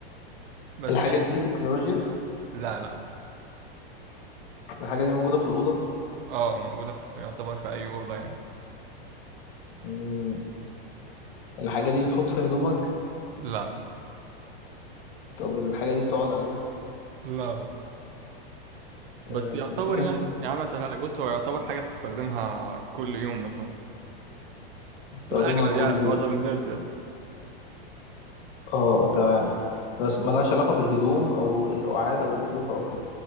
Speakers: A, on the right (about 60°); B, on the left (about 60°).
A: بس
B: الحاجات
A: هي
B: دي تكنولوجيا
A: لا لا
B: الحاجه دي موجوده في الاوضه
A: اه موجودة في يعتبر في أي أوضة يعني
B: مم. الحاجه دي بتحط فيها هدومك
A: لا
B: طب الحاجه دي بتقعد عليها
A: لا بس
B: أه
A: يعتبر
B: بتمسكها
A: يعني يعني مثلا لك بص هو يعتبر حاجة بتستخدمها كل يوم مثلا
B: استخدمها
A: في الأغلب
B: كل
A: يعني معظم
B: يوم
A: الناس يعني
B: اه تمام بس ملهاش علاقه بالهدوم او القعاد او الوقوف او كده